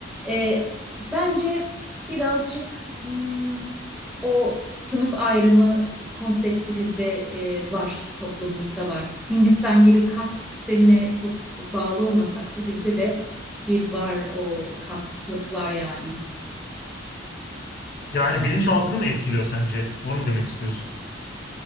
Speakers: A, in the centre; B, on the left.
A: E, bence birazcık hmm, o sınıf ayrımı konsepti bizde e, var, toplumumuzda var. Hindistan gibi kast sistemine çok bağlı olmasak da bizde de bir var o kastlık var yani.
B: Yani
A: Ben
B: bilinçaltını mı etkiliyor sence? Onu mu demek istiyorsun?